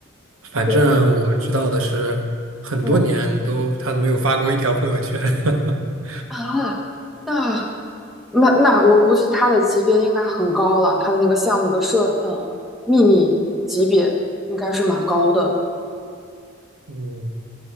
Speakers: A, in the centre; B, on the right.
A: <laughs>
B: 反正我知道的是，
A: 对，
B: 很多年都他没有发过一条朋友圈。
A: 嗯。
B: <laughs>
A: 啊，那那那我估计他的级别应该很高了，他的那个项目的设呃秘密级别应该是蛮高的。
B: 嗯